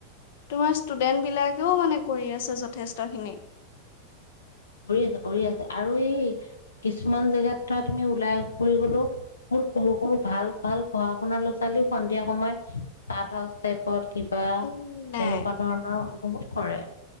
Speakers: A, on the left; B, on the left.
A: তোমাৰ ষ্টুডেন্ট বিলাকেও মানে কৰি আছে যথেষ্ট খিনি।
B: কৰি আছে কৰি আছে আৰু এই কিছুমান জেগা তাত তুমি ওলাই ফুৰি গলো বহুত সৰু সৰু ভাল ভাল পঢ়া শুনা ল'ৰা ছোৱালী সন্ধিয়া সময়ত চাট হাউচ টাইপত কিবা
A: উম নাই
B: তেনেকুৱা ধৰণৰ বহুত কৰে।